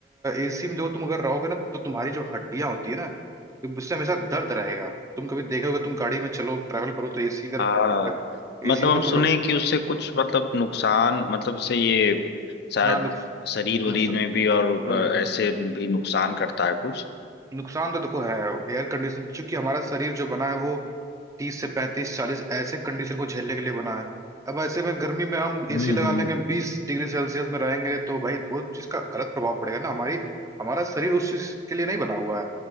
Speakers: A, on the right; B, on the left.
A: एसी में जो तुम अगर रहोगे ना तो तुम्हारी जो हड्डियां होती है ना तो उससे हमेशा दर्द रहेगा तुम कभी देखोगे तुम गाड़ी में चलो ट्रैवल करो तो एसी अगर
B: हाँ मतलब
A: एसी में
B: हम
A: अगर तुम
B: सुने
A: रहो
B: कि उससे कुछ मतलब नुकसान मतलब इससे ये शायद
A: हाँ नुक्स,
B: शरीर वरीर
A: नुक्स,
B: में भी और
A: हम्म,
B: अ, ऐसे भी नुकसान करता है कुछ
A: नुकसान तो देखो है एयर कंडीशन चूंकि हमारा शरीर जो बना है वो तीस से पैंतीस चालीस ऐसे कंडीशन को झेलने के लिए बना है अब ऐसे में गर्मी में हम
B: हम्म
A: एसी लगा
B: हम्म।
A: लेंगे बीस डिग्री सेल्सियस में रहेंगे तो भाई वो चीज का गलत प्रभाव पड़ेगा ना हमारी हमारा शरीर उस चीज के लिए नहीं बना हुआ है